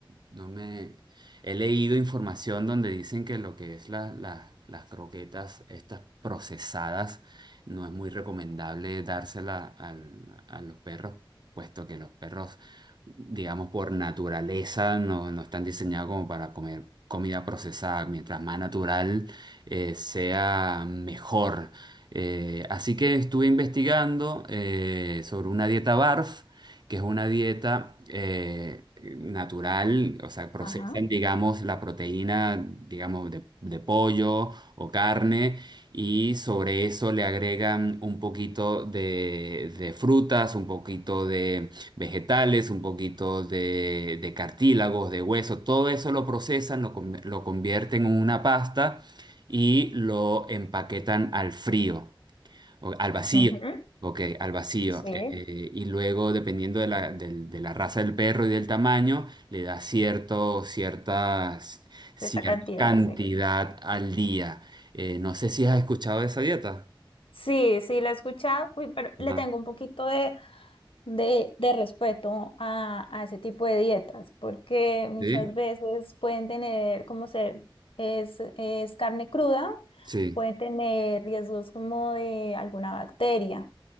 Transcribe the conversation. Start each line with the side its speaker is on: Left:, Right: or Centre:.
Right: no me he leído información donde dicen que lo que es la- la- las croquetas, estas procesadas, no es muy recomendable dársela al- a los perros puesto que los perros, digamos, por naturaleza no, no están diseñados como para comer comida procesada. Mientras más natural eh, sea, mejor. Eh, así que estuve investigando eh, sobre una dieta BARF, que es una dieta eh, natural, o sea, procesan,
Left: ajá,
Right: digamos, la proteína, digamos, de, de pollo o carne y sobre eso le agregan un poquito de, de frutas, un poquito de vegetales, un poquito de, de cartílagos, de hueso, todo eso lo procesan, lo, con- lo convierten en una pasta y lo empaquetan al frío. O- al vacío.
Left: Ujú.
Right: Ok, al vacío.
Left: sí.
Right: Eh, eh, y luego, dependiendo de la, del- de la raza del perro y del tamaño, le da cierto, ciertas, cierta
Left: de esa cantidad,
Right: cantidad
Left: sí.
Right: al día. Eh, no sé si has escuchado de esa dieta.
Left: Sí, sí, la he escuchado. Uy, pero le
Right: Ajá.
Left: tengo un poquito de de, de respeto a, a ese tipo de dietas, porque muchas
Right: ¿Sí?
Left: veces pueden tener, como se es, es carne cruda,
Right: Sí.
Left: puede tener riesgos como de alguna bacteria.